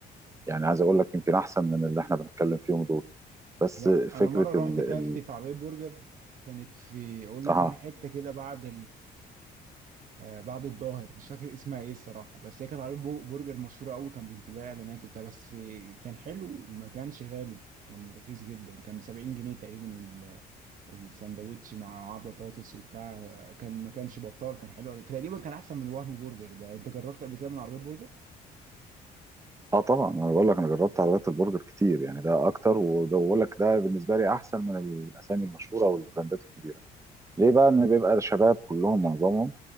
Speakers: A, on the right; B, on the right.
A: يعني عايز
B: آه.
A: اقول لك يمكن احسن من اللي احنا بنتكلم فيهم دول بس
B: و-
A: فكره
B: انا مره
A: ال
B: رحت كلت
A: ال
B: في عربيه برجر كانت في اقول لك
A: اه
B: انا حته كده بعد آه، بعد الظاهر مش فاكر اسمها ايه الصراحه بس هي كانت عربيه بو- برجر مشهوره قوي كان بينزل لها اعلانات وبتاع بس كان حلو وما كانش غالي كان رخيص جدا كان ب 70 جنيه تقريبا ال- الساندوتش مع بطاطس وبتاع آه، كان ما كانش بطال كان حلو أوي. تقريبا كان احسن من وهمي برجر ده انت جربت قبل كده من عربيه برجر
A: اه طبعا انا بقول لك انا جربت عربيات البرجر كتير يعني ده اكتر وده بقول لك ده بالنسبه لي احسن من الاسامي المشهوره والبراندات الكبيره ليه بقى ان بيبقى شباب كلهم معظمهم